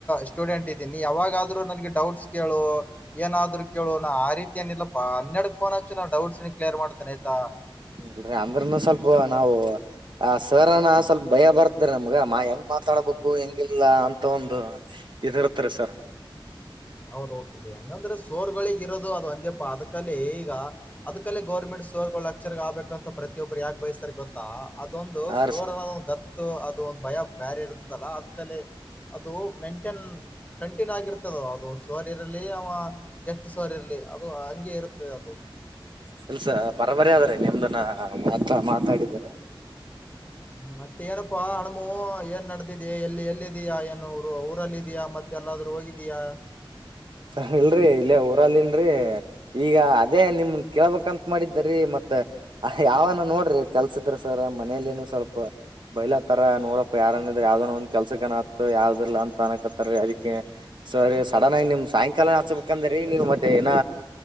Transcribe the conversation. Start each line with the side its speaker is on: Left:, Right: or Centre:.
Left: ಸ್ಟೂಡೆಂಟ್ ಇದ್ದೀನಿ ಯಾವಾಗಾದ್ರೂ ನನ್ಗೆ ಡೌಟ್ಸ್ ಕೇಳು ಏನಾದ್ರು ಕೇಳು ನ ಆ ರೀತಿ ಏನಿಲ್ಲಾ ಹನ್ನರಡ ಫೋನ್ ಹಚ್ಚು ನಾ ಡೌಟ್ಸ್ ಕ್ಲಿಯರ್ ಮಾಡ್ತೇನೆ ಆಯ್ತಾ
Right: ಇಲ್ರಿ ಅಂದ್ರನು ಸ್ವಲ್ಪ ನಾವು ಆ ಸರ ಸ್ವಲ್ಪ ಭಯ ಬರ್ತಾರೆ ನಮ್ಗ ಮಾ ಹೆಂಗ್ ಮಾತಾಡ್ಬೇಕು ಹೆಂಗಿಲ್ಲ ಅಂತ ಒಂದು ಇದರ್ತಾರೆ ಸರ್
Left: ಹೌದು ಈಗ ಹೆಂಗಂದ್ರೆ ಸೋರ್ಗಳಿಿಗೆ ಇರೋದು ಅದು ಅಂದಪ್ಪಾ ಅದಕಲ್ಲೇ ಈಗ ಅದ್ಕಲ್ಲೇ ಗೌರ್ಮೆಂಟ್ ಸೋರ್ಗಳು ಅಕ್ಷರ ಆಗ್ಬೇಕಂತ ಪ್ರತಿಯೊಬ್ರು ಯಾೆ ಬಯಸ್ತಾರೆ ಗೊತ್ತಾ ಅದೊಂದು
Right: ಆ
Left: ಸೋರ
Right: ರೀ ಸರ್
Left: ಗತ್ತ ಅದು ಒಂದ್ ಭಯ ಬೇರೆ ಇರ್ತದಲ್ಲಾ ಅದ್ ಕಲೆ ಅದು ಮೆಂಟೇನ್ ಕಂಟಿನ್ಯೂ ಆಗಿರ್ತದ ಅದು ಸೋರಿ ಇರಲಿ ಅವ ಗೆಸ್ಟ್ ಸೋರಿ ಇರಲಿ ಅದು ಹಂಗೆ ಇರುತ್ತದೆ ಅದು
Right: ಕೆಲ್ಸ ಬರಬರ ಆದ್ರೆ ನಿಮ್ದನ್ನ ಮಾತ ಮಾತಾಡಿದಿದ್ದಾರೆ
Left: ್ಮ ಮತ್ತ ಏನಪ್ಪಾ ಹಣ್ಮು ಏನ್ ನಡದಿದ ಇದ ಎಲ್ಲಿ ಎಲ್ಲಿದೀಯಾ ಏನು ಊರಲ್ಲ ಇದಯಾ ಮತ್ತೆ ಎಲ್ಲಾದ್ರೂ ಹೋಗಿದೀಯಾ
Right: ಸರಿ ಇಲ್ರರಿ ಇಲ್ಲೇ ಊರಲ್ಲಿನ್ರರಿ ಈಗ ಅದೇ ನಿಮ ಕೇಳ್ಬೇಕಂತ ಮಾಡಿದ್ದರಿೀ ಮತ್ ಮತ್ತೆ ಯಾವನ ನೋಡ್ರಿ ಕೆಲ್ಸದ್ರ ಸರ ಮನೇಲಿನು ಸ್ವಲ್ಪ ಬೈಲತ್ತಾರ ನೋಡಪ್ಪ ಯಾರನಿದ್ರ ಯಾವ್ದನ್ ಒಂದ್ ಕೆಲ್ಸಕನತ್ತ ಯಾವ್ದಿಲ್ಲ ಅಂತ ಅನಕತ್ತಾರ ಅದಕ್ಕೆ ಸರ್ ರಿ ಸಡನ್ ಆಗಿ ನಿಮ್ದು ಸಾಯಂಕಾಲ ಹಚ್ಬೇಕಂದ್ರೀ ನೀವು ಮತ್ತೆ ಏನ